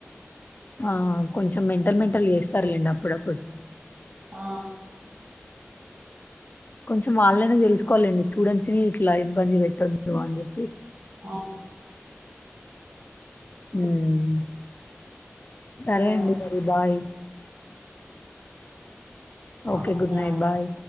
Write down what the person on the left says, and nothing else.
ఆ కొంచెం మెంటల్ మెంటల్ చేస్తారులేండి అప్పుడప్పుడు
కొంచెం వాళ్ళనే తెలుసుకోవాలండి స్టూడెంట్స్ ని ఇట్లా ఇబ్బంది పెట్టొద్దు అని చెప్పి
మ్మ్ సరే
అండి మరి బాయ్ ఓకే
గుడ్ నైట్ బాయ్